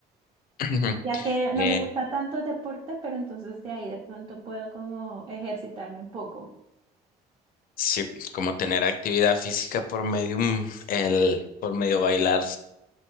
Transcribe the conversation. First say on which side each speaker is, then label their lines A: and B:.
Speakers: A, on the left (about 60°); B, on the right (about 25°).
A: <clears throat>
B: Ya que no
A: Eh,
B: me gusta tanto el deporte, pero entonces de ahí de pronto puedo como ejercitarme un poco.
A: sí, como tener actividad física por medio, mm, el, por medio bailar.